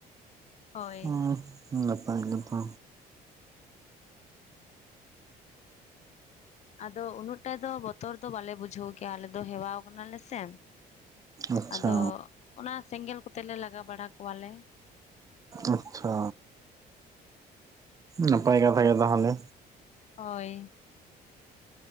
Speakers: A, on the left; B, on the right.
A: ᱦᱳᱭ
B: ᱦᱩᱸ ᱱᱟᱯᱟᱭ ᱠᱟᱛᱷᱟ
A: ᱟᱫᱚ ᱩᱱᱟᱹᱜ ᱴᱟᱜ ᱫᱚ ᱵᱚᱛᱚᱨ ᱫᱚ ᱵᱟᱞᱮ ᱵᱩᱡᱷᱟᱹᱣ ᱜᱮᱭᱟ ᱟᱞᱮ ᱫᱚ ᱦᱮᱣᱟᱣ ᱠᱟᱱᱟ ᱞᱮ ᱥᱮ
B: ᱟᱪᱪᱷᱟ
A: ᱟᱫᱚ ᱚᱱᱟ ᱥᱮᱸᱜᱮᱞ ᱠᱚᱛᱮ ᱞᱮ ᱞᱟᱜᱟ ᱵᱟᱲᱟ ᱠᱚᱣᱟᱞᱮ
B: ᱟᱪᱪᱷᱟ ᱱᱟᱯᱟᱭ ᱠᱟᱛᱷᱟ ᱜᱮ ᱛᱟᱦᱞᱮ
A: ᱦᱳᱭ